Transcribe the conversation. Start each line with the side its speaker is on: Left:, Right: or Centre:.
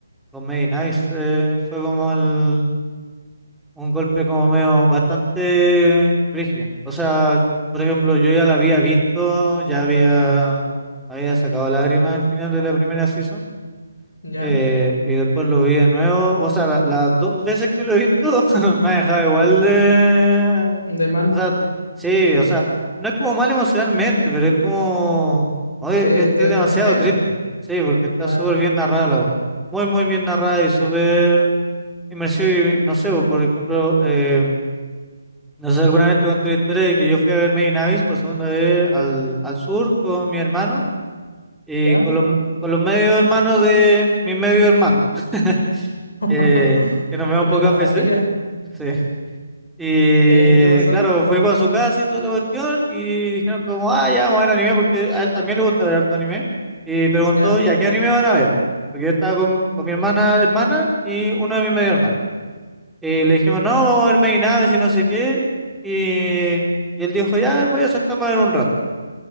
Centre: con Made in Abyss, eh, fue como el- un golpe como medio bastante brígido. O sea, por ejemplo, yo ya la había visto, ya había, había sacado lágrimas al final de la primera season
Left: ¿Ya?
Centre: eh, y después lo vi de nuevo. O sea, la- las dos veces que lo he visto <laughs> me ha dejado igual de...
Left: De mal,
Centre: O sea, t- sí, o sea, no es como mal emocionalmente, pero es como... oye,
Left: te,
Centre: es,
Left: te,
Centre: es demasiado
Left: te afecta,
Centre: triste. Sí, porque está
Left: claro,
Centre: súper bien narrada la wea. Muy, muy bien narrada y súper inmersiva. Y no sé, po, por ejemplo, eh, no sé, alguna vez te conté la historia de que yo fui a ver Made in Abyss por segunda vez al, al sur con mi hermano y
Left: ¿ya?
Centre: con los, con los medio hermanos de mi medio hermano. <laughs>
Left: <laughs>
Centre: eh, que nos vemos
Left: Tremenda
Centre: pocas
Left: familia,
Centre: veces. Sí. Y
Left: ¿y ahí qué pasó?
Centre: claro, fui para su casa y toda la cuestión y dijeron como, ah, ya vamos a ver anime porque a él también le gusta ver harto anime. Y preguntó,
Left: ¿Ya?
Centre: ¿ya qué anime van a ver? Porque yo estaba con, con mi hermana, hermana y uno de mis medio hermanos. Y le dijimos, no, vamos a ver Made in Abyss y no sé qué. Y, y él dijo, ya, a ver, voy a sentarme a ver un rato.